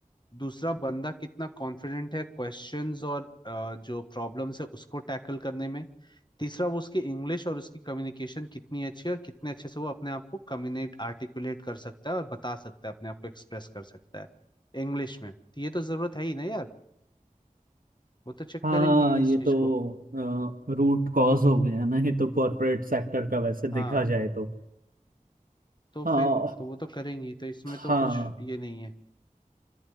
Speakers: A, on the left (about 30°); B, on the right (about 80°).
A: दूसरा बंदा कितना कॉन्फिडेंट है क्वेश्चंस और अ, जो प्रॉब्लम्स है उसको टैकल करने में तीसरा वो उसकी इंग्लिश और उसकी कम्युनिकेशन कितनी अच्छी है और कितने अच्छे से वो अपने आप को कम्युनिकेट आर्टिकुलेट कर सकता है और बता सकता है अपने आप को एक्सप्रेस कर सकता है इंग्लिश में तो ये तो जरूरत है ही ना यार वो तो चेक
B: हाँ
A: करेंगे ही
B: ये
A: इस
B: तो
A: चीज को
B: रूट कॉज हो गया ना ये तो कॉरपोरेट सेक्टर का वैसे देखा
A: हाँ
B: जाए तो
A: तो
B: हाँ
A: फिर तो वो तो करेंगी तो इसमें तो
B: हाँ
A: कुछ ये नहीं है